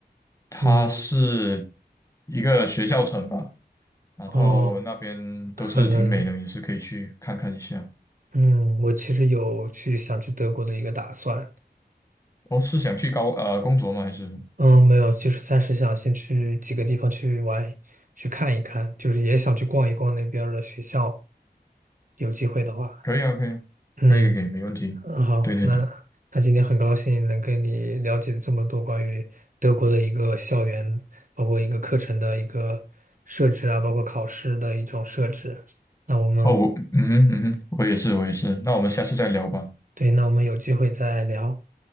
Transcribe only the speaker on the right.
嗯，
哦，可能。
嗯，我其实有去想去德国的一个打算，
嗯，没有，就是暂时想先去几个地方去玩，去看一看，就是也想去逛一逛那边儿的学校，有机会的话，
嗯，
嗯好，
那那今天很高兴能跟你了解这么多关于德国的一个校园，包括一个课程的一个设置啊，包括考试的一种设置。那我们，
对，那我们有机会再聊。